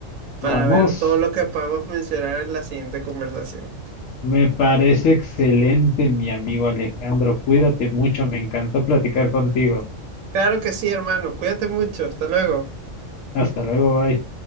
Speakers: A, on the right; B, on the left.
A: para
B: vamos.
A: ver todo lo que podemos mencionar en la siguiente conversación.
B: Me parece excelente, mi amigo Alejandro. Cuídate mucho, me encantó platicar contigo.
A: Claro que sí, hermano. Cuídate mucho. Hasta luego.
B: Hasta luego, bye.